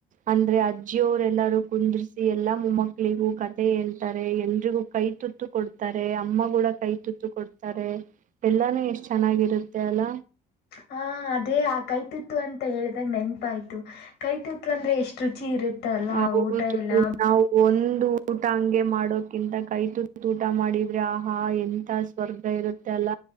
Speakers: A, on the right; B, on the left.
A: ಅಂದ್ರೆ ಅ. ಅಜ್ಜಿಯವರೆ ಎಲ್ಲಾರೂ ಕುಂದ್ರಸಿ ಎಲ್ಲಾ ಮಮ್ಮಕ್ಕಳಿಗೂ ಕತೆ ಹೇಳ್ತಾರೆ ಎಲ್ರಿಗೂ ಕೈ ತುತ್ತು ಕೊಡ್ತಾರೆ ಅಮ್ಮ ಕೂಡ ಕೈ ತುತ್ತು ಕೊಡ್ತಾರೆ ಎಲ್ಲಾನೂ ಎಷ್ಟ ಚೆನ್ನಾಗಿರುತ್ತೆ ಅಲ್ಲ.
B: ಹಾ ಅದೇ ಆ ಕೈ ತುತ್ತು ಅಂತ ಹೇಳಿದಾಗ ನೆನಪಾಯ್ತು ಕೈ ತುತ್ತು. ತುತ್ತು ಅಂದ್ರೆ ಎಷ್ಟ್ ರುಚಿ ಇರುತ್ತ ಅಲ್ಲಾ
A: ಹೌದು
B: ಊಟ ಎಲ್ಲಾ.
A: ನಾವು ಒಂದು ಊಟ ಹಂಗೆ ಮಾಡೋಕಿಂತ ಕೈ ತುತ್ತು ಊಟ ಮಾಡಿದ್ರೆ ಆಹಾ ಎಂತ ಸ್ವರ್ಗ ಇರುತ್ತೆ ಅಲ್ಲ.